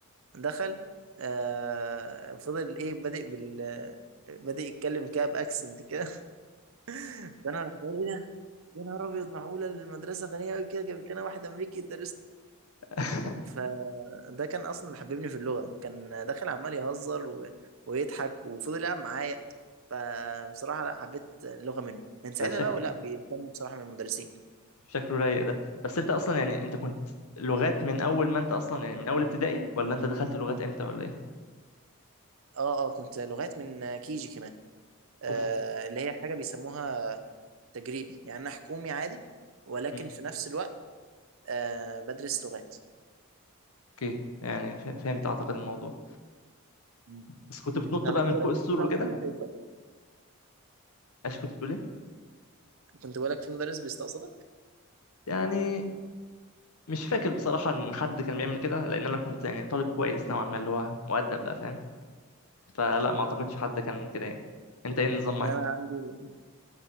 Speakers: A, on the right; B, on the left.
A: دخل آه فضل ايه بادئ بال آه، بادئ يتكلم كده باكسنت كده <laughs> فانا رحت قايل يا نهار ابيض معقوله المدرسه غنيه قوي كده جابت لنا واحد امريكي يدرس
B: <laughs>
A: فده كان اصلا اللي حببني في اللغه كان داخل عمال يهزر و... ويضحك وفضل يلعب معايا فبصراحه لا حبيت اللغه منه من ساعتها
B: ده شكل
A: بقى ولا بيهتموا بصراحه من المدرسين
B: شكله رايق ده بس انت اصلا يعني انت كنت لغات من اول ما انت اصلا يعني من اول ابتدائي ولا انت دخلت لغات امتى ولا ايه
A: اه اه كنت لغات من كيجي كمان آه
B: اوف
A: اللي هي حاجه بيسموها تجريبي يعني انا حكومي عادي ولكن
B: مم.
A: في نفس الوقت آه بدرس لغات
B: اوكي يعني ف- فهمت اعتقد الموضوع
A: مم.
B: بس كنت بتنط
A: كنت على
B: بقى
A: كده
B: من فوق السور
A: كان في بقى
B: وكده
A: مدرس بيستقصدك
B: عشان كنت بتقول ايه
A: كنت بقول لك في مدرس بيستقصدك
B: يعني مش فاكر بصراحة ان حد كان بيعمل كده لان انا كنت يعني طالب كويس نوعا ما اللي هو مؤدب
A: مم.
B: بقى فاهم فلا ما اعتقدش حد كان كده يعني انت ايه النظام
A: لا
B: معاك
A: انا عندي